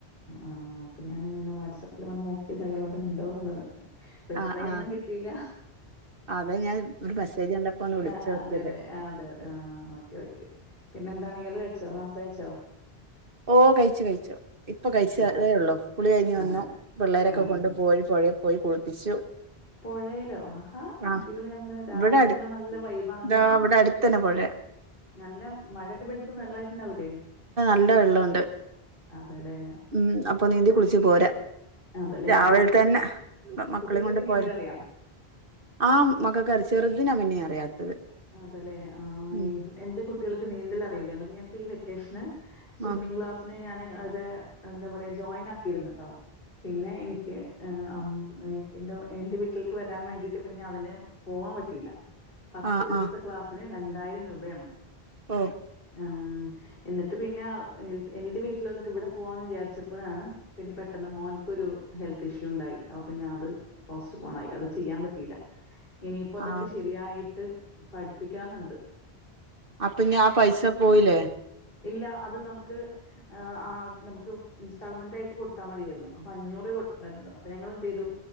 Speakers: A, on the left; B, on the right.
A: ആഹ് അപ്പൊ ഞാനങ്ങനെ വാട്സആപ്പിൽ വന്ന് നോക്കിയതാ ഇയാളവിടെ ഇണ്ടോ എന്നുള്ളത് റിപ്ലൈ
B: ആ ആ
A: ഒന്നും കിട്ടില്ല
B: അതാ ഞാൻ ഒരു മെസ്സേജ് കണ്ടപ്പോ ഒന്ന് വിളിച്ചു
A: ഞ്ഞ
B: നോക്കിയത്
A: അതെല്ലേ ആ അതെ അതെ ആ ഓക്കെ ഓക്കെ പിന്നെ എന്താണെങ്കില കഴിച്ചോ നാസ് കഴിച്ചോ?
B: ഓ കഴിച്ചു കഴിച്ചു ഇപ്പൊ കഴിച്ചതേ
A: അതെ
B: ഉള്ളൂ കുളി കഴിഞ്ഞ്
A: അതന്നെ
B: വന്നു പിള്ളേരൊക്കെ
A: അതന്നെ
B: കൊണ്ട് പോയി പോഴെ പോയി കുളിപ്പിച്ചു
A: പുഴയിലോ ആഹാ അടിപൊളി
B: ആ
A: ആണല്ലോ രാവിലെ
B: ഇവിടെ അടു
A: തന്നെ നല്ല വൈബാണല്ലോ
B: ഇതാ ഇവിടെ അടുത്തന്നെ പോഴയാ
A: നല്ല മഴയൊക്കെ പെയ്തിട്ട് വെള്ളായിട്ട്ണ്ടാവൂലെ
B: ഉണ്ട് വെള്ളഉണ്ട്
A: അതെലെ
B: ഉം അപ്പൊ നീന്തി കുളിച്ച് പോരാ
A: അതേല്ലേ.
B: രാവിലെ
A: കുട്ടികൾക്കൊക്കെ
B: തന്നെ മക്കളേം
A: കുട്ടികൾക്കൊക്കെ
B: കൊണ്ട്
A: നീന്തലറിയാം?
B: പോയാലോ ആഹ് മകക്കറിം ചെറ്തിനാ പിന്നേം അറിയാത്തത്
A: അതെലേ ആഹ്
B: ഉം
A: എന്റെ കുട്ടികൾക്ക് നീന്തൽ അറിയില്ല എന്നിട്ട് ഞാൻ ഇപ്പ ഈ വെക്കേഷന് സ്വിമ്മിങ്
B: ആ
A: ക്ലാസിന് ഞാന് അത് എന്താ പറയാ ജോയിൻ ആക്കിയിര്ന്ന്ട്ടോ പിന്നെ എനിക്ക് ഏഹ് അം എനിക്ക് എന്റെ എന്റെ വീട്ടിൽക്ക് വരാൻ വേണ്ടിട്ട് പിന്നെ അതിന് പോവാം പറ്റീല പത്ത്
B: ആ ആ
A: ദിവസത്തെ
B: ആ
A: ക്ലാസിന് രണ്ടായിരം രൂപയാണ്
B: ഓഹ്
A: ആഹ് എന്നിട്ട് പിന്നെ എന്റെ വീട്ടിൽ വന്നിട്ട് ഇവിടെ പോവാന്ന് വിചാരിച്ചപ്പോഴാണ് പിന്നെ പെ ട്ടെന്ന് മോന്ക്കൊരു ഹെൽത്ത് ഇഷ്യൂ ഉണ്ടായി അപ്പൊ പിന്നെ അത് പോസ്റ്റ് പോൺ ആയി അത് ചെയ്യാൻ പറ്റീല ഇനിയിപ്പോ ഇതൊക്കെ
B: ആ
A: ശരിയായിട്ട് പഠിപ്പിക്കണം ന്ന്ണ്ട്
B: അപ്പഞ്ഞ് ആ പൈസ പോയിലേ
A: ഇല്ല അത് നമുക്ക് ഏഹ് ആഹ് നമുക്ക് ഇൻസ്റ്റാൾമെന്റ് ആയിട്ട് കൊട് ത്താമതീന്ന് അപ്പൊ അഞ്ഞൂറേ കൊടുത്ത്ണ്ടായിരുന്നൊള്ളു അപ്പ ഞങ്ങള് എന്ത് ചെയ്തു